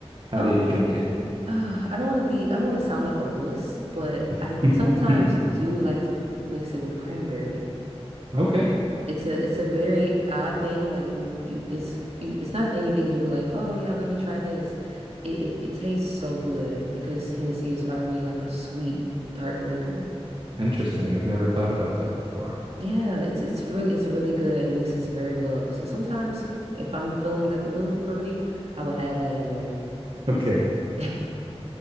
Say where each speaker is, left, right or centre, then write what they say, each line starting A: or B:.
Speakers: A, on the right; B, on the right.
A: how
B: Um,
A: do you drink it?
B: uh, I don't want to be, I don't want to sound like a wuss, but I
A: <laughs>
B: sometimes do like to mix it with cranberry.
A: Okay.
B: It's a, it's a very odd thing. Like you wouldn't, you, it's, you, it's not anything you would be like, oh yeah, let me try this. It, it, it tastes so good because Hennessy is already like a sweet, dark liquor.
A: Interesting. I've never thought about that before.
B: Yeah, it's, it's really, it's really good. It mixes very well. So sometimes if I'm feeling like a little fruity, I will add that in there.
A: Okay.
B: <laughs>